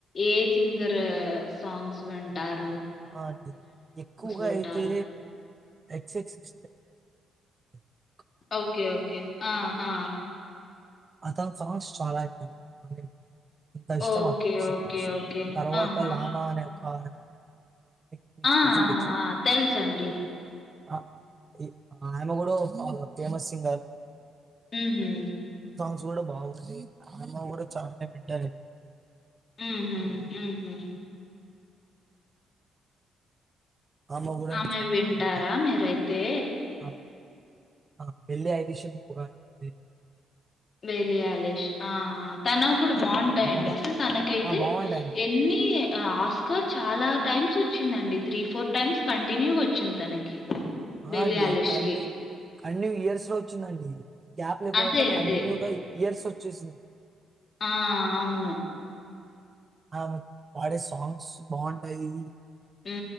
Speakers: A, on the left; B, on the right.
A: ఏ సింగర్ సాంగ్స్ వింటార్
B: ఆ అండి ఎక్కువగా
A: వింటారు?
B: అయితే ఎక్స్ ఎక్స్ <unintelligible>
A: ఒకే ఒకే ఆ ఆ
B: అతను సాంగ్స్ చాల విన ఎంత ఇష్టం
A: ఓకే.
B: అతని Songs
A: ఓకే. okay.
B: తర్వాత
A: ఆహా!
B: లాన అనే ఒక ఆమె మీకు మీకు
A: ఆ
B: తెలిసుండొచ్చు.
A: ఆ తెల్ చండి
B: ఆ ఇ ఆయన ఒగడు ఫాలో ఫేమస్ సింగర్
A: ఉహు
B: ఇది కూడా బాగుంది అ అమ్మాయి కూడా చాన వినంటాది
A: మ్మ్ హ్మ్
B: ఆమె కూడా
A: ఆమెవి
B: నేను చాలా
A: వింటార
B: వింటాను.
A: మీరైతే
B: ఆ! ఆ ఎల్లొ <unintelligible>
A: లే లే ఆలేష్ ఆ ఆ తనవి కూడ బాగుంటాయండి
B: ఆమె కూడా
A: అసలు తనకైతే
B: ఆ! బాగుంటాయి.
A: ఎన్ని ఆస్కార్ చాల టైమ్స్ వచ్చిందండి త్రీ ఫోర్ టైమ్స్ కంటిన్యూ వచ్చింది తనకి
B: ఆ
A: బేలి
B: అండి
A: ఆలిష్
B: కన్ను
A: కి
B: కన్ను ఇయర్స్ లో వచ్చిందండి గ్యాప్ లేకుంనట్ల
A: అదే
B: కంటిన్యూగ
A: అదే
B: ఇయర్స్ ఓ చేసింది
A: ఆ అవును
B: ఆమె పాడే సాంగ్స్ బావుంటాయి
A: ఉ